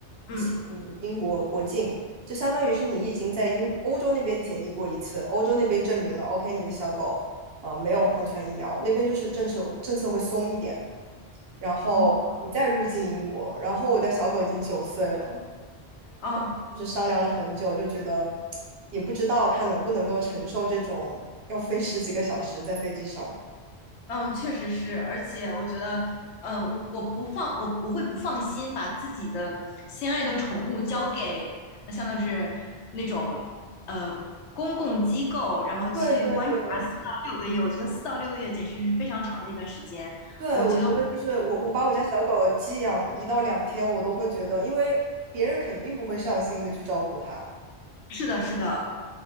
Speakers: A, on the left (about 80°); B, on the right (about 65°).
A: 嗯，
B: 进英国国境，就相当于是你已经在英欧洲那边检疫过一次，欧洲那边证明了 OK 你的小狗啊、呃没有狂犬疫苗，那边就是政策政策会松一点，然后你再入境英国，
A: 哦
B: 然后我家小狗已经九岁了。
A: 哦
B: 就是商量了很久，就觉得也不知道他能不能够承受这种要飞十几个小时在飞机上。
A: 嗯，确实是，而且我觉得，嗯、我我不放，我我会不放心把自己的心爱的宠物交给，呃相当于是那种呃公共机构，然后去观察四到六个月。
B: 对对对
A: 我觉得四到六个月简直是非常长的一段时间。
B: 对，
A: 我觉得我
B: 我觉得就是我我把我家小狗寄养一到两天，我都会觉得，因为别人肯定不会上心的去照顾它，
A: 是的，是的。